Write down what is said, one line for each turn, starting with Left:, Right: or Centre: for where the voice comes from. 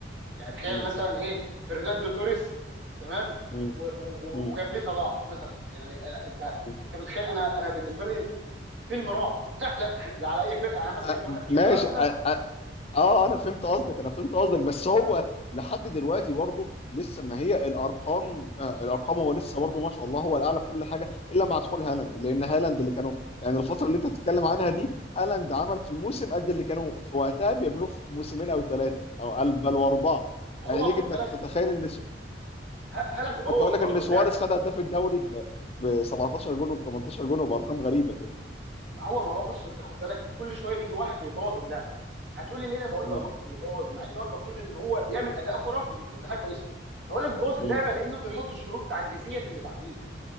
Right: يعني تخيل
Left: مم.
Right: مثلا ايه فرناندو توريس تمام
Left: مم.
Right: و... و...
Left: مم.
Right: وجنبيه صلاح مثلا يعني أنا... انت
Left: مم.
Right: انت متخيل انا انا بالنسبه لي فيلم رعب <laughs> <applause> لا... لا على اي فرقه يعني مثلا
Left: آه،
Right: كواحد بشجع
Left: ماشي
Right: ارسنال
Left: آه، اه انا فهمت قصدك انا فهمت قصدك بس هو لحد دلوقتي برضه لسه ما هي الارقام آه الارقام هو لسه برضه ما شاء الله هو الاعلى في كل حاجه الا مع دخول هالاند لان هالاند اللي كانوا يعني الفتره اللي انت بتتكلم عنها دي هالاند عمل في الموسم قد اللي كانوا في وقتها بيعملوه في موسمين او ثلاثه او قال- بل واربعه
Right: هو
Left: يعني ليك
Right: خد
Left: انك
Right: بالك
Left: تتخيل ان س-
Right: ه... هالاند بوظ
Left: كنت اقول لك
Right: برضو
Left: ان
Right: اللعبه
Left: سواريز خد هداف الدوري ب ب 17 جون وب 18 جون وبارقام غريبه كده
Right: ما هو ما هو بص انت خد بالك كل شويه بيجي واحد بيبوظ اللعبه هتقولي ليه انا بقول
Left: مم.
Right: بب- بيبوظ مع ان هو المفروض ان هو بيعمل اداء خرافي المفروض ده حاجه كويسه هقول لك بيبوظ
Left: مم.
Right: اللعبه لانه بيحط شروط تعجيزيه للي بعديه